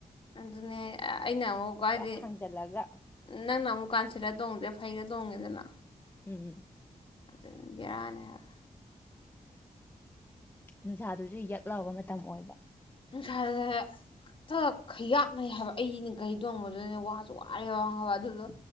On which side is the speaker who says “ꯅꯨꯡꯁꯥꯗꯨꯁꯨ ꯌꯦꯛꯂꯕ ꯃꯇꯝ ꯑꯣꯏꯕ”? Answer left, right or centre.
Left